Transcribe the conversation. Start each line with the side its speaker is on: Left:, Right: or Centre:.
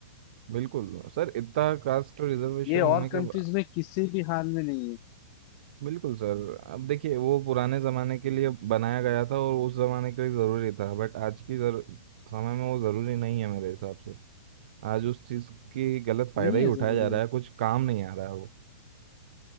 Right: बिल्कुल सर इतना कास्ट रिजर्वेशन
Left: ये और
Right: होने के
Left: कंट्रीज
Right: बा-
Left: में किसी भी हाल में नहीं है
Right: बिल्कुल सर अब देखिए वो पुराने ज़माने के लिए बनाया गया था और उस ज़माने के लिए ज़रूरी था बट आज की जर, समय में वो ज़रूरी नहीं है मेरे हिसाब से आज उस चीज़ की गलत फ़ायदा
Left: नहीं
Right: ही
Left: है जरूरी
Right: उठाया जा रहा
Left: है
Right: है कुछ काम नहीं आ रहा है वो